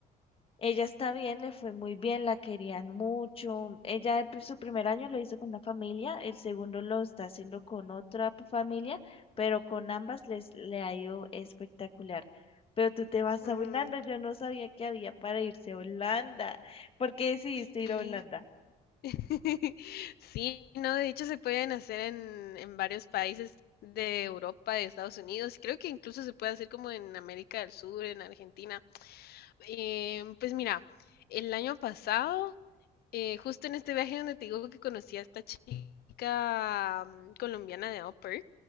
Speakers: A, on the left; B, on the left.
A: Ella está bien, le fue muy bien, la querían mucho. Ella pues, su primer año lo hizo con una familia, el segundo lo está haciendo con otra p- familia, pero con ambas les le ha ido espectacular. Pero tú te vas
B: Mm,
A: a Holanda, yo no sabía que había para irse a Holanda. ¿Por qué decidiste
B: sí.
A: ir a Holanda?
B: <laughs> Sí, no, de hecho se pueden hacer en, en varios países de Europa, de Estados Unidos, creo que incluso se puede hacer como en América del Sur, en Argentina. Eh, pues mira, el año pasado, eh, justo en este viaje donde te digo que conocí a esta chica mm, colombiana de Upper